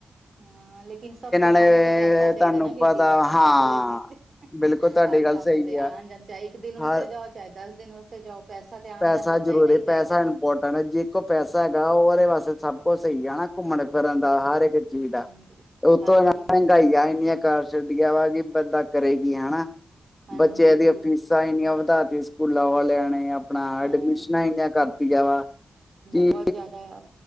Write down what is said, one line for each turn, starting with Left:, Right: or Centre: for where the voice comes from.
Right: ਹਾਂਲੇ ਇਨ ਸਭ ਕੰਮਾਂ
Left: ਨੇ
Right: ਵਾਸਤੇ ਪੈਸਾ ਚਾਹੀਦਾ
Left: ਤੁਹਾਨੂੰ
Right: ਨਾ ਵੀਰ
Left: ਪਤਾ
Right: ਜੀ, ਪੈਸਾ
Left: ਹਾਂ
Right: ਪਹਿਲੇ ਚਾਹੀਦਾ
Left: ਬਿਲਕੁਲ ਤੁਹਾਡੀ
Right: ਹਰ
Left: ਗੱਲ
Right: ਕੰਮ
Left: ਸਹੀ
Right: ਚ
Left: ਆ
Right: ਆਉਣ ਜਾਣ ਚਾਹੇ ਇੱਕ ਦਿਨ ਵਾਸਤੇ
Left: ਹਰ
Right: ਜਾਓ ਚਾਹੇ ਦਸ ਦਿਨ ਵਾਸ ਤੇ ਜਾਓ ਪੈਸਾ ਤੇ ਆਣ
Left: ਪੈਸਾ
Right: ਜਾਣ ਦਾ ਚਾਹੀਦਾ
Left: ਜ਼ਰੂਰੀ
Right: ਹੀ ਚਾਹੀਦਾ
Left: ਪੈਸਾ
Right: ਨਾ
Left: ਇੰਪੋਰਟੈਂਟ ਹੈ ਜੇ ਕੋਈ ਪੈਸਾ
Right: ਹਾਂ,
Left: ਹੈਗਾ ਉਹਦੇ ਵਾਸਤੇ ਸਬ ਸਹੀ
Right: ਹਾਂ,
Left: ਆ ਨਾ ਘੁੰਮਣ ਫਿਰਨ
Right: ਹਾਂਜੀ।
Left: ਦਾ ਹਰ ਇੱਕ ਚੀਜ਼ ਦਾ,
Right: ਹਾਂਜੀ,
Left: ਉੱਤੋਂ
Right: ਹਰ
Left: ਮਹਿੰਗਾਈ
Right: ਚੀਜ਼
Left: ਆ ਇੰਨੀਆਂ ਕਰ ਛੱਡੀਆਂ ਵਾ ਕਿ ਬੰਦਾ ਕਰੇਗੀ ਹਨਾ
Right: ਹਾਂਜੀ
Left: ਬੱਚਿਆਂ ਦੀਆਂ
Right: ਬਿਲਕੁਲ
Left: ਫੀਸਾਂ ਇੰਨੀਆਂ ਵਧਾਤੀਆਂ ਸਕੂਲਾਂ ਵਾਲਿਆਂ ਨੇ ਆਪਣਾ
Right: ਹਾਂ,
Left: ਐਡਮਿਸ਼ਨਾਂ ਇੰਨੀਆਂ ਕਰਤੀਆਂ ਕਿ
Right: ਬਹੁਤ ਜ਼ਿਆਦਾ ਆ